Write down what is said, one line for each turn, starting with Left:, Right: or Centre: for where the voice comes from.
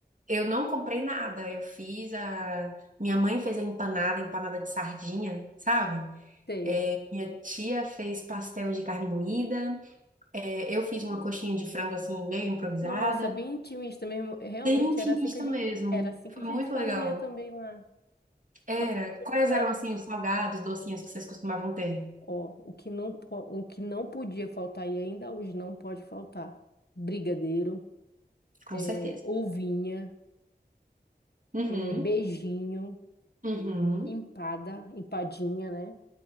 Right: eu não comprei nada. Eu fiz a. Minha mãe fez a empanada, empanada de sardinha, sabe?
Left: sei.
Right: É, minha tia fez pastel de carne moída. É, eu fiz uma coxinha de frango assim, meio improvisada.
Left: Nossa, bem intimista mesmo. Realmente
Right: Bem intimista
Left: era assim que a gente,
Right: mesmo.
Left: era assim
Right: Foi
Left: que a gente
Right: muito
Left: fazia
Right: legal.
Left: também lá.
Right: Era.
Left: Todo mundo
Right: Quais eram assim os salgados, docinhos que vocês costumavam ter?
Left: Ó, o que não, po- o que não podia faltar e ainda hoje não pode faltar: brigadeiro,
Right: Com
Left: é,
Right: certeza.
Left: ovinha,
Right: Uhum.
Left: é, beijinho,
Right: Uhum.
Left: empada, empadinha, né?